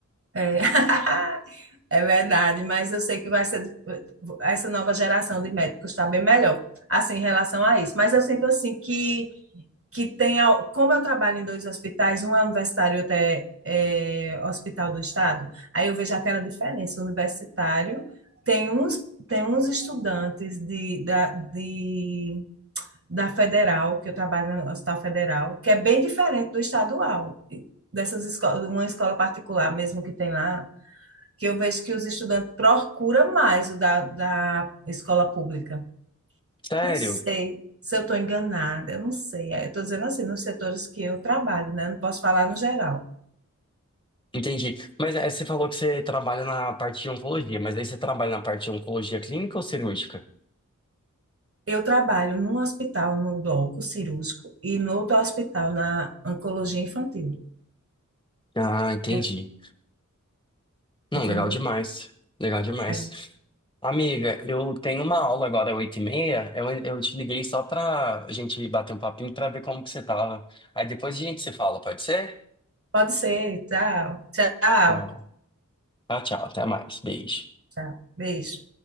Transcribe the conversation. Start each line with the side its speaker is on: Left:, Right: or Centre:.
Right: É, <laughs> é verdade, mas eu sei que vai ser essa nova geração de médicos está bem melhor, assim, em relação a isso. Mas eu sinto assim que que tem, al- como eu trabalho em dois hospitais, um é universitário e outro é, é hospital do estado, aí eu vejo aquela diferença. O universitário tem uns tem uns estudantes de, da, de, da federal, que eu trabalho no Hospital Federal, que é bem diferente do estadual. Dessas escolas, uma escola particular mesmo que tem lá, que eu vejo que os estudantes procuram mais o da, da escola pública.
Left: Sério?
Right: Não sei se eu estou enganada, eu não sei. É, Eu estou dizendo assim, nos setores que eu trabalho, né? Não posso falar no geral.
Left: Entendi. Mas é, você falou que você trabalha na parte de oncologia, mas aí você trabalha na parte de oncologia clínica ou cirúrgica?
Right: Eu trabalho num hospital, no bloco cirúrgico, e no outro hospital, na oncologia infantil.
Left: Ah, entendi.
Right: É,
Left: Não,
Right: Entendeu?
Left: legal demais. Legal demais.
Right: É.
Left: Amiga, eu tenho uma aula agora, oito e meia. Eu, eu te liguei só pra gente bater um papinho pra ver como que você tava. Aí depois a gente se fala, pode ser?
Right: Pode ser. Tchau, tchau,
Left: Tchau. Tchau, tchau. Até mais. Beijo.
Right: tchau. Beijo.